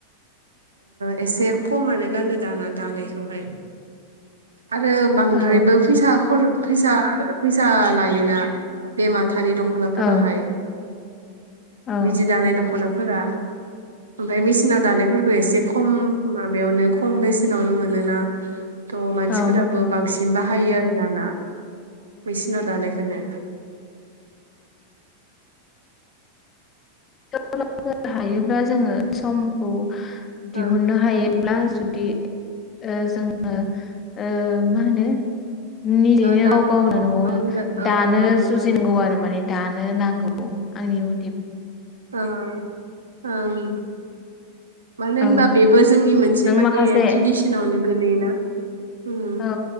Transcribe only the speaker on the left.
औ
औ औ
औ
<unintelligible> हायोब्ला जोङो समखौ दिहुननो
हायोब्ला जुदि ओ जोङो ओ मा होनो निजेनो
गाव-गावनो
न'आवनो
दानो
जुजिनांगौ
आरो माने दानो नांगौ। औ आंनि म
औ
जों
माखासे
औ